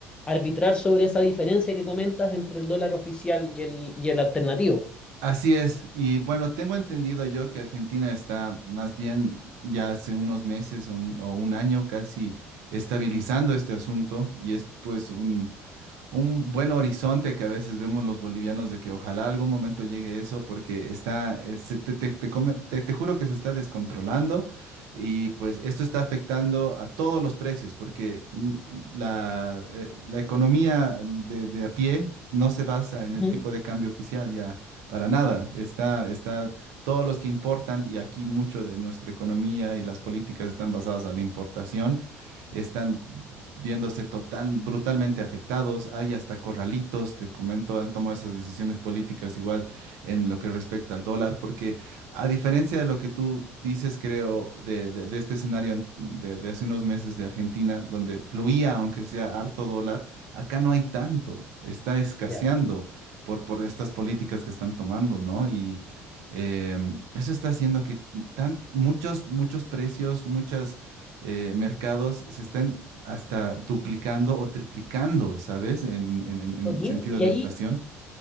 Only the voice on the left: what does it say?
arbitrar sobre esa diferencia que comentas entre el dólar oficial y el, y el alternativo.
Ujú.
Ya.
Joaquín,
y
ahí,